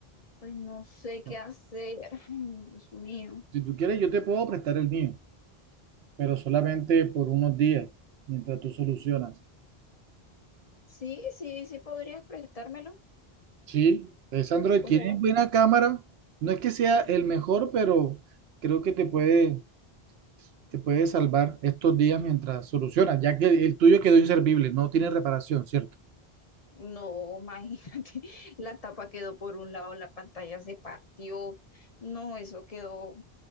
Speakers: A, on the left; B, on the right.
A: pues no sé qué
B: No,
A: hacer. Ay, Dios mío.
B: Si tú quieres, yo te puedo prestar el mío, pero solamente por unos días, mientras tú solucionas.
A: Sí, sí, sí podrías prestármelo.
B: Sí, es Android,
A: O
B: tiene
A: sea,
B: buena cámara. No es que sea el mejor, pero creo que te puede te puede salvar estos días mientras solucionas, ya que el tuyo quedó inservible, no tiene reparación, ¿cierto?
A: no, imagínate, <laughs> la tapa quedó por un lado, la pantalla se partió. No, eso quedó